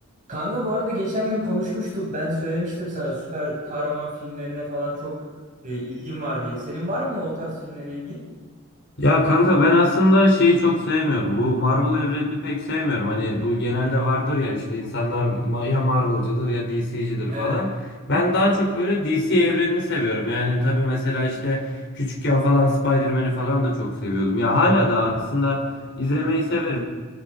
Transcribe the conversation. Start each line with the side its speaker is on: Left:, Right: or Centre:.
Right: Kanka bu arada geçen gün konuşmuştuk. Ben söylemiştim sana süper kahraman filmlerine falan çok e, ilgim var diye. Senin var mı o tarz filmlere ilgin?
Left: Ya kanka ben aslında şeyi çok sevmiyorum. Bu Marvel evrenini pek sevmiyorum. Hani bu genelde vardır ya işte insanlar ma- ya Marvel'cıdır ya DC'cidir
Right: Evet.
Left: falan. Ben daha çok böyle DC evrenini seviyorum. Yani tabii mesela işte küçükken falan Spider-Man'i falan da çok seviyordum. Ya hala da aslında izlemeyi severim.